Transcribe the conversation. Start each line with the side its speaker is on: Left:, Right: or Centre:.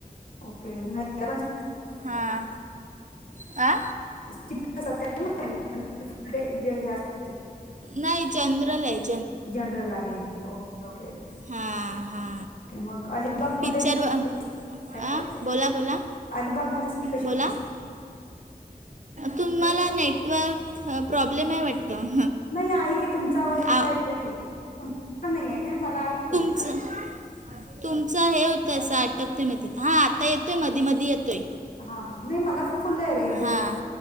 Left: ओके. <unintelligible>
Right: हां, आ
Left: शिफ्ट असतात काय मग, की फुल डे म्हणजे हे असतात.
Right: नाही जनरल हेत
Left: जनरल आहे ओके ओके
Right: हा हा
Left: ओके, मग अलिबाग
Right: पिक्चर
Left: मध्ये
Right: आ
Left: <unintelligible>
Right: बोला बोला
Left: अलिबाग मध्ये स्पेशल
Right: बोला तुम्हाला नेटवर्क प्रॉब्लेम ए वाटतं?
Left: नाही आहे की, तुमचा आवाज
Right: आ
Left: मला येतोय की... तुम्हाला नाई ए काय... मला आहे की
Right: <unintelligible> तुमचं हे होतंय, असं अटकतय न तिथं.. हा आता येतोय, मधी मधी येतोय
Left: हा हा, नाही मला फुल्ल रेंज...
Right: हां